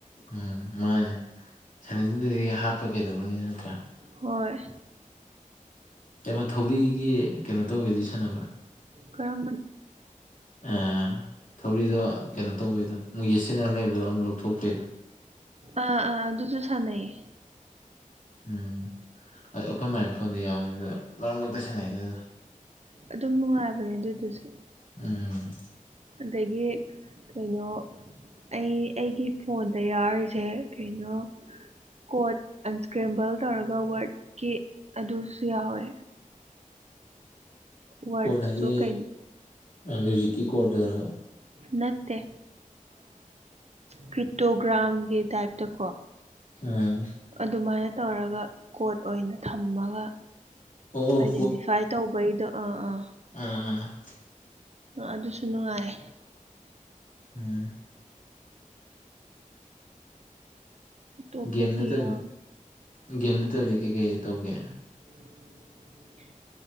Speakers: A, on the left; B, on the right.
A: ꯎꯝ ꯃꯥꯅꯦ ꯁꯟꯅꯤꯡꯗꯨꯗꯒꯤ ꯍꯥꯞꯄ ꯀꯩꯗꯧꯕꯅꯤ ꯅꯠꯇ꯭ꯔꯥ
B: ꯍꯣꯏ
A: ꯀꯩꯅꯣ ꯊꯧꯔꯤꯒꯤ ꯀꯩꯅꯣ ꯇꯧꯕꯗꯨ ꯁꯥꯟꯅꯕ꯭ꯔꯥ
B: ꯀꯔ
A: ꯑꯥ ꯊꯧꯔꯤꯗꯣ ꯀꯩꯅꯣ ꯇꯧꯕꯩꯗꯣ ꯃꯣꯏ ꯌꯦꯠꯁꯤꯟꯅ ꯂꯩꯕꯗꯣ ꯑꯃꯨꯛ ꯂꯧꯊꯣꯛꯄꯩꯗꯣ
B: ꯑꯥ ꯑꯥ ꯑꯗꯨꯁꯨ ꯁꯥꯟꯅꯩꯌꯦ
A: ꯎꯝ ꯑꯗꯨ ꯑꯩꯈꯣꯏ ꯃꯥꯏ ꯐꯣꯟꯗꯤ ꯌꯥꯎꯕꯅꯤ ꯑꯗꯨ ꯃꯔꯛ ꯃꯔꯛꯇ ꯁꯦꯟꯅꯩ ꯑꯗꯨꯗ
B: ꯑꯗꯨꯝ ꯅꯨꯡꯉꯥꯏꯕꯅꯦ ꯑꯗꯨꯗꯨꯁꯨ
A: ꯎꯝ
B: ꯑꯗꯒꯤ ꯀꯩꯅꯣ ꯑꯩ ꯑꯩꯒꯤ ꯐꯣꯟꯗ ꯌꯥꯎꯔꯤꯁꯦ ꯀꯩꯅꯣ ꯀꯣꯗ ꯑꯟꯁꯀ꯭ꯔꯦꯝꯕꯜ ꯇꯧꯔꯒ ꯋꯥꯔꯗꯀꯤ ꯑꯗꯨꯁꯨ ꯌꯥꯎꯋꯦ ꯋꯥꯔꯗꯁꯨ
A: ꯀꯣꯔꯠ ꯍꯥꯏꯗꯤ
B: ꯀꯩ
A: ꯃ꯭ꯌꯨꯖꯤꯛꯀꯤ ꯀꯣꯔꯠꯇ ꯑꯣꯏ
B: ꯅꯠꯇꯦ ꯀ꯭ꯔꯤꯇꯣꯒ꯭ꯔꯥꯝꯒꯤ ꯇꯥꯏꯞꯇꯀꯣ
A: ꯑꯝ
B: ꯑꯗꯨꯃꯥꯏꯅ ꯇꯧꯔꯒ ꯀꯣꯔꯣꯠ ꯑꯣꯏꯅ ꯊꯝꯃꯒ
A: ꯑꯣ ꯑꯣ
B: ꯑꯥꯏꯗꯦꯟꯇꯤꯐꯥꯏ ꯇꯧꯕꯩꯗꯣ ꯑꯥ ꯑꯥ
A: ꯑ
B: ꯑꯗꯨꯁꯨ ꯅꯨꯡꯉꯥꯏ
A: ꯎꯝ
B: ꯑꯇꯣꯞꯄꯗꯤ
A: ꯒꯦꯝ ꯅꯠꯇꯕ
B: ꯌꯥꯝ
A: ꯒꯦꯝ ꯅꯠꯇꯕꯗꯤ ꯀꯩꯀꯩ ꯇꯧꯒꯦ
B: ꯄ <unintelligible> <inaudible>